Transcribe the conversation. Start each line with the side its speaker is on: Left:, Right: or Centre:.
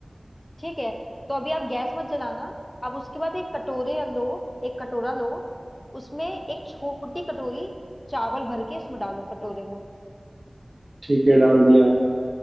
Left: ठीक है तो अभी आप गैस मत जलाना अब उसके बाद एक कटोरे लो एक कटोरा लो उसमें एक छोटी कटोरी चावल भर के उसमें डालो कटोरे में
Right: ठीक है डाल दिया